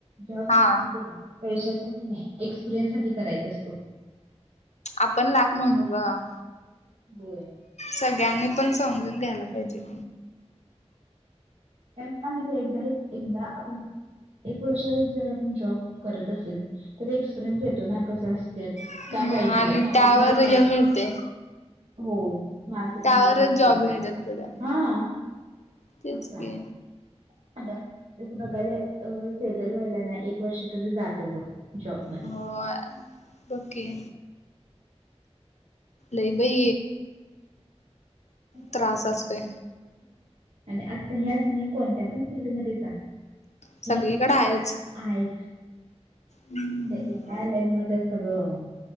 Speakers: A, on the right; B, on the left.
A: जॉब
B: हा
A: कस नाही का पैशासाठी नाही एक्सपिरियन्स साठी करायचा असतो.
B: आपण लाख म्हणू गं
A: होय.
B: सगळ्यांनी पण समजून घ्यायला पाहिजे.
A: त्याला काय माहित एकदा एकदा आपण एक वर्ष जर जॉब करत असेल तर एक्सपिरियन्स येतो ना कस असतं
B: हम्म
A: काय पाहिजेय
B: आणि
A: मार्केटमध्ये
B: त्यावर
A: काय
B: हे मिळते
A: हो मार्केट
B: त्यावरच
A: मध्ये काय चालु
B: जॉब
A: आहे
B: मिळतात पुढं
A: हा
B: तेच
A: असं आहे
B: की
A: आता तू बघाले अ सेटल व्हायला ना एक वर्ष तुझं जातो बघ. जॉब मध्ये
B: हो बकी लई बाई
A: <unintelligible>
B: त्रास असतोय
A: आणि आता ह्याच नाही कोणत्या पण फील्ड मध्ये जा
B: सगळीकडे
A: हे
B: आहेच
A: ऐक.
B: हम्म
A: ए. आय आलय त्यामुळं सगळं